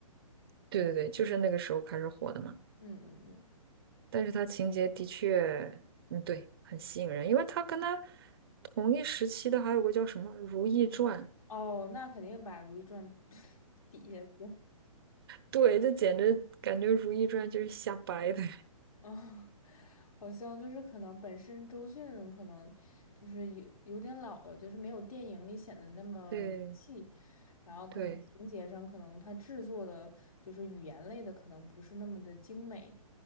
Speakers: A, on the right; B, on the left.
A: 对对对，就是那个时候开始火的嘛。
B: 嗯嗯嗯，
A: 但是他情节的确，嗯，对，很吸引人，因为他跟他同一时期的还有个叫什么《如懿传》，
B: 哦，那肯定把《如懿传》<laughs> 比下去，
A: 对，这简直感觉《如懿传》就是瞎掰的。
B: 啊，好像就是可能本身周迅可能就是有有点老了，就是没有电影里显得那么灵气，
A: <laughs> 对
B: 然后可能情节上可能它制作的就是语言类的可能不是那么的精美，
A: 对。